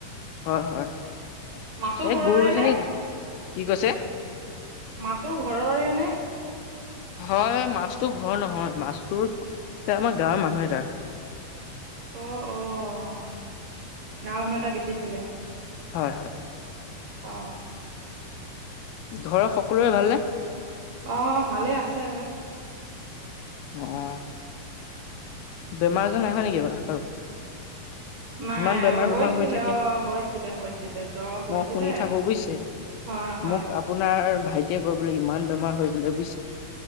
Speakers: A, on the left; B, on the right.
A: হয় হয়
B: মাছো
A: এই
B: ঘৰৰে
A: গৰু
B: নে
A: জনী কি কৈছে-
B: মাছো ঘৰৰে নে-
A: হয় মাছটো ঘৰ নহয় মাছটোৰ এ আমাৰ গাঁৱৰ মানুহ এ তাৰ-
B: অ অ গাৱৰ মানুহ এটাই বেচিছিলে
A: হয় হয়
B: অ
A: ঘৰত সকলোৰে ভালে নে?
B: অ ভালে আছে।
A: অ বেমাৰ আজাৰ নাই হোৱা নেকি এবাৰ কাৰো।
B: <inaudible> নাই
A: ইমান বেমাৰ
B: হৈছিলে
A: বেমাৰ হৈ থাকে
B: অ হৈছিলে হৈছিলে জ্বৰ হৈছিলে।
A: মই শুনি থাকো বুজিছে
B: হয় হয়
A: মোক আপোনাৰ ভাইটিয়ে কৈ বোলে ইমান বেমাৰ হয় বুলে।